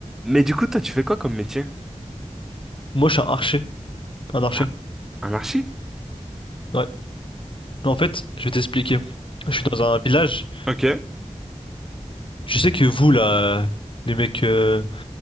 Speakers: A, in the centre; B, on the left.
A: Mais du coup, toi, tu fais quoi comme métier?
B: Moi, je suis un archer. Un archer.
A: Un, un archi?
B: Ouais. En fait, je vais t'expliquer. Je suis dans un village.
A: Ok,
B: Je sais que vous, là, euh, les mecs, euh,